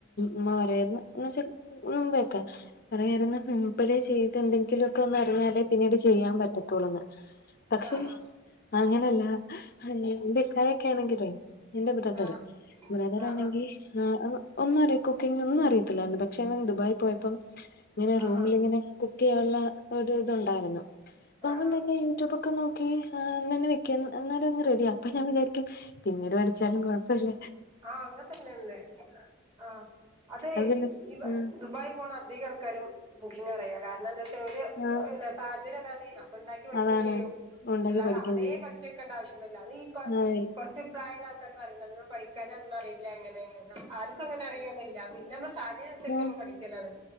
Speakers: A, on the left; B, on the right.
A: ഉമ്മ പറയായിരുന്നു എന്നുവച്ച മുമ്പയൊക്കെ. പറയായിരുന്നു മ് ഇപ്പഴേ ചെയ്ത് എന്തെങ്കിലും ഒക്കെ ഒന്ന് അറിഞ്ഞാലേ പിന്നീട് ചെയ്യാൻ പറ്റത്തുള്ളൂന്ന്. പക്ഷെ
B: ആഹ്
A: അങ്ങനല്ല എന്റെ ഇക്കായൊക്കെ ആണെങ്കിലേ എന്റെ ബ്രദർ
B: ആഹ്
A: ബ്രദറാണെങ്കിൽ.
B: ആഹ് ആഹ്
A: ആ അ ഒന്നും അറിയ കുക്കിംഗ് അ ഒന്നും അറിയത്തില്ലായിരുന്നു പക്ഷെ അവൻ ദുബായി പോയപ്പം. ഇങ്ങനെ
B: ആഹ് ആഹ്
A: റൂമിലിങ്ങനെ
B: ആഹ്
A: കുക്ക് ചെയ്യാനുള്ള ഒരു ഇതുണ്ടായിരുന്നു
B: ആഹ്
A: അപ്പ അവൻ
B: ആഹ്
A: തന്നെ യൂ. ടൂബൊക്കെ നോക്കി അ എ എങ്ങനെ വെക്കനു എന്നാലു അങ്ങ. റെഡിയ അപ്പം ഞാൻ വിചാരിക്കും. പിന്നീട് പഠിച്ചാലും കുഴപ്പല്ല.
B: ആഹ അങ്ങനെത്തന്നെള്ളെ അ ആ അത
A: അതല്ല
B: ഇ
A: ഉം
B: ദുബായ് പോണ അധിക ആ. ക്കാരും കുക്കിങ്ങ് അറിയ കാരണം എന്താ വച്ചാ
A: ആഹ്
B: എന്റെ ഏഹ് സാഹചര്യതാണ്. അ ഉണ്ടാക്കി പഠിക്കും
A: അതാണ്
B: ചെയ്യും
A: ഉണ്ടാക്കി
B: അല്ലാതെ
A: പഠിക്കേം
B: ആതേ
A: ചെയ്യും
B: പഠി. ക്കണ്ട ആവശ്യയോന്നുല്ല അത് ഈ
A: അതെ
B: കുറച്ചു പ്രായം ഉള്ള ആൾക്കാർ ക്കാര് പറിംന്നർഞ്ഞ് ഇങ്ങൾ പഠിക്കാനൊന്നും അറിയില്ല അങ്ങനെ ഇങ്ങനെ ആർക്കും അങ്ങനെ അറിയൊന്നുല്ല പിന്നെ അമ്മൾ കാര്യാ ക്കെമ്മള്
A: ഉം
B: പഠിക്കലാണ്